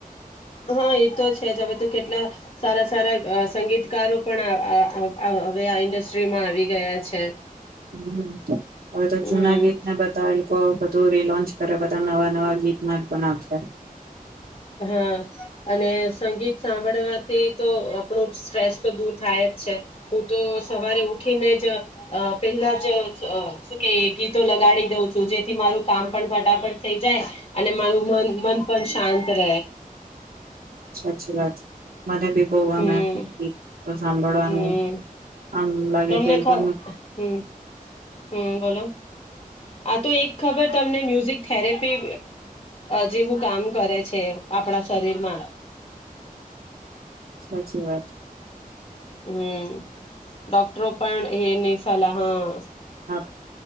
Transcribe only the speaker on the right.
હમ હવે તો
જુના ગીત ને બતાવેલ તું રીલોન્ચ કરે બધા નવા નવા ગીતમાં જ બ નાખે
સાચી વાત મને બી પોવા
મે સાંભળવાનું
આમ લાગે
કે
કો
સાચી વાત
ના